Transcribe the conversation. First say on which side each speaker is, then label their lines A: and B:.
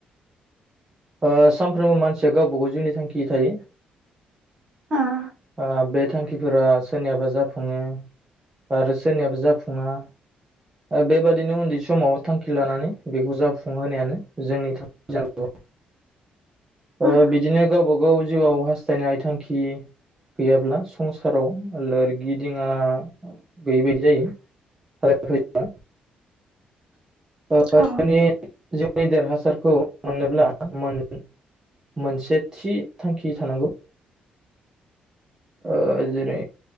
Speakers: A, on the right; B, on the right.
A: ओ सानफ्रोमबो मानसिया गावबा गाव जिउनि थांखि थायो।
B: उम
A: ओ बे थांखिफोरा सोरनियाबा जाफुङो आरो सोरनियाबो जाफुङा ओ बेबादिनो उन्दै समाव थांखि लानानै बेखौ जाफुं होनायानो जोंनि थांखि जानांगौ।
B: उम
A: ओ‌ बिदिनो गावबा गाव जिउआव हास जायनाय थांखि गैयाब्ला संसाराव लोरगि दिङा गैयि बायदि जायो आरो खायफा <unintelligible>
B: औ
A: जिवनि देरहासारखौ मोननोब्ला मोन मोनसे थि थांखि थानांगौ। ओ‌ जेरै